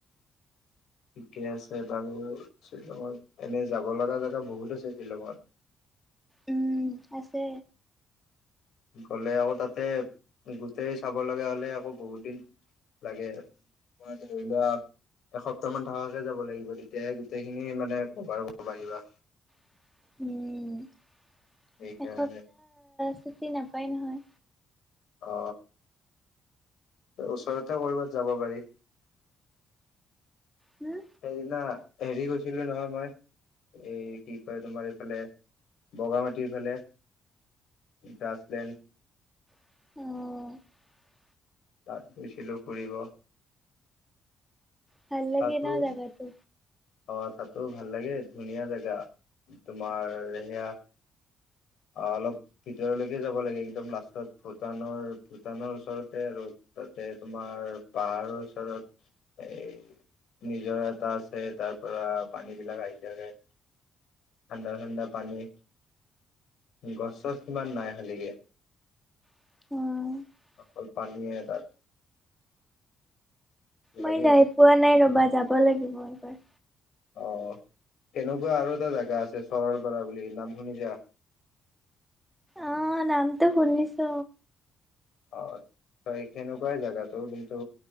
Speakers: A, on the left; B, in the centre.
A: ঠিকে আছে বাৰু শ্বিলঙত এনেই যাব লগা জেগা বহুত আছে শ্বিলঙত
B: উম আছে
A: গলে আকৌ তাতে গোটেই চাব লগা হলে আকৌ বহুত দিন লাগে ম ধৰি লোৱা এসপ্তাহ মান থকাকে যাব লাগিব তেতিয়াহে গোটেইখিনি মানে কভাৰ কৰিব পাৰিবা
B: <inaudible>
A: সেইকাৰণে
B: ছুটি নাপায় নহয়
A: অ ওচৰতে ক'বাত যাব পাৰি
B: হুম।
A: সেইদিনা হেৰি গৈছিলো নহয় মই এই কি কয় তোমাৰ এইফালে বগামাটিৰফালে গ্ৰাছলেণ্ড
B: <inaudible>
A: তাত গৈছিলো ফুৰিব
B: ভাল লাগে
A: তাতো
B: না জেগাটো
A: অ তাতো ভাল লাগে ধুনীয়া জেগা তোমাৰ সেয়া অ অলপ ভিতৰলৈকে যাব লাগে একদম লাষ্টত ভূটানৰ ভূটানৰ ওচৰতে আৰু তাতে তোমাৰ পাহাৰৰ ওচৰত এ নিজৰা এটা আছে তাৰ পৰা পানী বিলাক আহি থাকে ঠাণ্ডা ঠাণ্ডা পানী গছ চছ ইমান নাই খালিকে
B: <inaudible>
A: অল পানীয়ে তাত
B: মই
A: লাগে
B: যাই পোৱা নাই নবাত যাব লাগিব এইবাৰ
A: অ কেনেকুৱা আৰু এটা জোগা আছে চৰল পাৰা বুলি নাম শুনিছা
B: আহ নামটো শুনিছো
A: অ সেনেকুৱাই জোগাটো কিন্তু